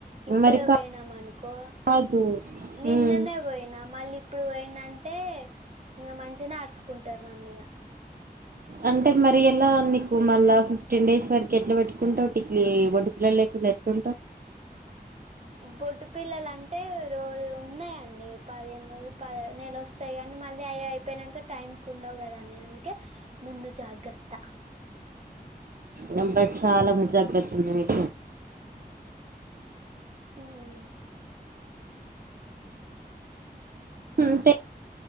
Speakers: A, on the right; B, on the right.
A: ఇప్పుడే
B: మరి
A: పోయినాం అనుకో,
B: కాదు
A: నిన్ననే
B: ఉమ్.
A: పోయినా మళ్ళీ ఇప్పుడు పోయిన్నాంటే ఇంక మంచిగనే ఆడుచుకుంటారు నన్నిగ.
B: అంటే మరి ఎలా నీకు మళ్ళా ఫిఫ్టీన్ డేస్ వరకు ఎట్లా పెట్టుకుంటావ్? టిక్లీ వడ్డు పిల్లలు లేకుండా, ఎంత
A: బొట్టు పిల్లలంటే రోజు ఉన్నాయండి. పదిహేను రోజు, పది, నెల వస్తాయి అని మళ్ళీ అవి అయిపోయినాక టైంకి ఉండవు కదాని, అందుకే ముందు జాగ్రత్త.
B: నె అబ్బా చాలా ముందుజాగ్రత్త ఉంది నీకు.
A: మ్
B: మ్ తె